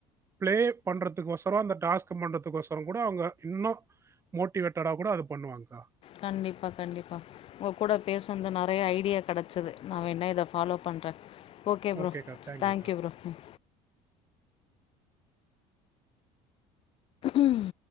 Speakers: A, on the right; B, on the left.
A: பிளே பண்றதுக்கொசரோ அந்த டாஸ்க்கு பண்றதுக்கொசரோங் கூட அவங்க இன்னு மோட்டிவேட்டடா கூட அது பண்ணுவாங்க்கா
B: கண்டிப்பா கண்டிப்பா உங்க கூட பேசுனது நெறைய ஐடியா கெடைச்சது நா வேண்ணா இத ஃபாலோ பண்றே ஓகே ப்ரோ
A: ஓகேக்கா தேங்க்யூக்கா
B: தேங்க் யூ ப்ரோ ம் உம்